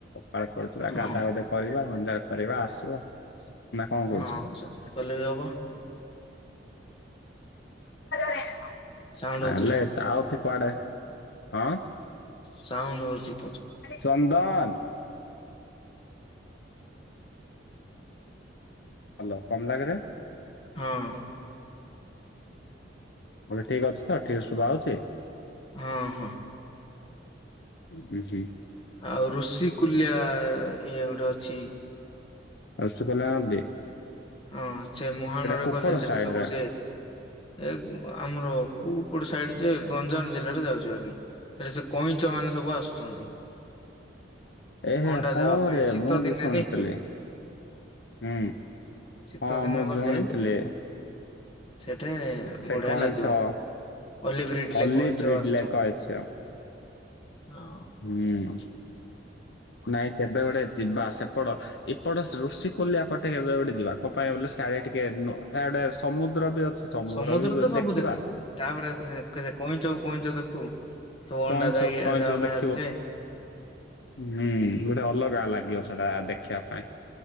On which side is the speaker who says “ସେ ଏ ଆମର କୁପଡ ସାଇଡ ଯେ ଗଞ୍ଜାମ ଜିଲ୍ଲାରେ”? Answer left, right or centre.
Left